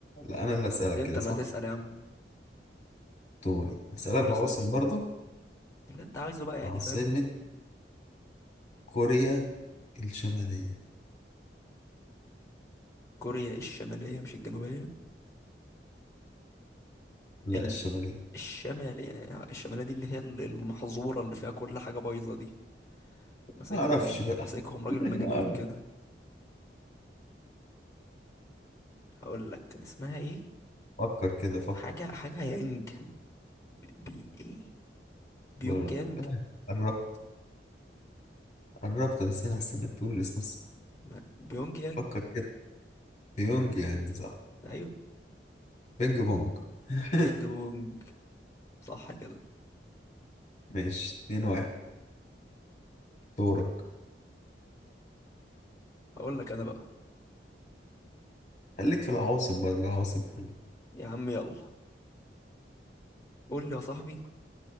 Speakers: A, on the left; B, on the left.
A: لا انا اللي اسألك
B: انت
A: كده
B: اللي
A: صح
B: هتسأل يا عم
A: دوري اسألك
B: قول يا
A: عواصم
B: صاحبي
A: برضه
B: اللي انت عايزه بقى يعني
A: عاصمة
B: فاهم
A: كوريا الشمالية
B: كوريا الشمالية مش الجنوبية
A: لا
B: ال...
A: الشمالية
B: الشمال يعني الشمالية دي اللي هي ال- المحظورة اللي فيها كل حاجة بايظة دي ماسكهم
A: ما اعرفش بقى
B: ماسكهم راجل
A: <laughs> لا
B: مجنون
A: أعرف.
B: كده هقول لك كان اسمها ايه
A: فكر كده فكر
B: حاجة حاجة يانج بي... بي... ايه بيونج
A: بر-
B: يانج
A: قربت قربت بس انا هستناك تقول الاسم الصح
B: ما... بيونج يانج
A: فكر كده بيونج يانج صح
B: ايوه
A: بينج بونج <laughs>
B: بينج بونج صح كده
A: ماشي اتنين واحد دورك
B: هقول لك انا بقى
A: خليك في العواصم برضه العواصم حلوة
B: يا عم يلا قول لي يا صاحبي